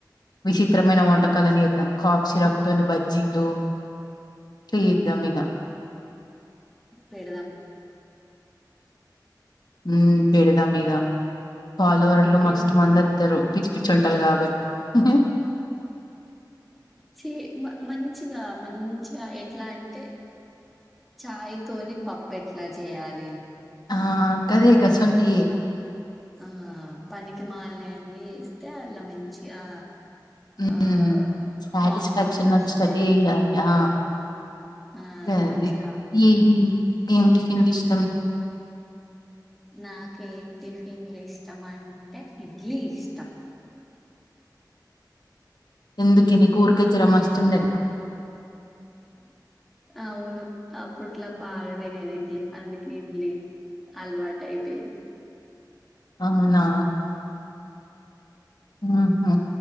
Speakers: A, on the left; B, in the centre.
A: విచిత్రమైన వంటకాలన్ని చేత్తం కా షిరప్ తోని బజ్జీలు చేద్దాం ఇగ
B: పెడదాం
A: ఊ పెడదాం ఇగ ఫాలోవర్లు
B: ఇంకేం
A: మస్త్ మందొ త్తరు పిచ్చి పిచ్చొంటలు కాబట్ ఉ హే
B: చీ మంచిగా మంచిగా ఎట్లా అంటే చాయ్ తోని పప్పు ఎట్లా చేయాలి
A: ఆ కదే గసొంటియే
B: ఆ పనికి మాలినయన్ని ఇస్తే అట్లా మంచిగా
A: ఉమ్
B: ఆ
A: సాటిస్ఫాక్షన్
B: కామెంట్స్ వస్తాయి
A: వచ్చ స్టడీ అయ్యాలి ఆ
B: ఆ
A: గది
B: మంచిగా
A: ఏము ఏం టిఫిన్ లు ఇష్
B: నాకేం ఏం టిఫ్ ఫిన్లు ఇష్టం అంటే ఇడ్లీ ఇష్టం
A: ఎందుకుని కూర్కచరమస్తూ చండగా
B: అవును అప్పుట్లా బాగా తినేది ఇడ్లీ అందుకే ఇడ్లీ అలవాటు అయిపోయింది
A: అవునా ఆహా